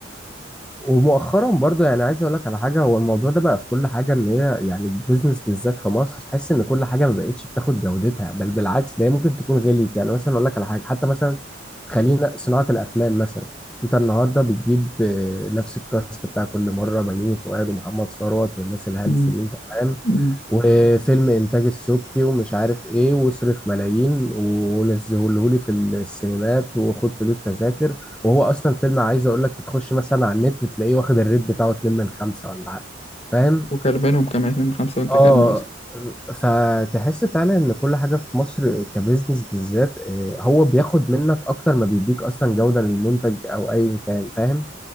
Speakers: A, in the centre; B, on the left (about 30°).
A: ومؤخرا برضو يعني عايز اقول لك على حاجه هو الموضوع ده بقى في كل حاجه ان هي يعني البيزنس بالذات في مصر تحس ان كل حاجه ما بقتش بتاخد جودتها بل بالعكس ده هي ممكن تكون غليت يعني مثلا اقول لك على حاجه حتى مثلا خلينا صناعة الأفلام مثلا أنت النهاردة بتجيب آه، نفس الكاست بتاع كل مرة بيومي فؤاد ومحمد ثروت والناس الهلس
B: مم.
A: دي أنت فاهم
B: مم.
A: وفيلم إنتاج السبكي ومش عارف إيه واصرف ملايين ونزهولهولي في السينمات وخد فلوس تذاكر وهو أصلا فيلم عايز أقول لك بتخش مثلا على النت تلاقيه واخد الريت بتاعه 2 من 5 ولا حاجة فاهم
B: وكلمانهم كمان اتنين من خمسة وانت
A: اه
B: كلمة اصلا
A: فتحس فعلا ان كل حاجه في مصر كبزنس بالذات آه، هو بياخد منك اكتر ما بيديك اصلا جوده للمنتج او ايا كان فاهم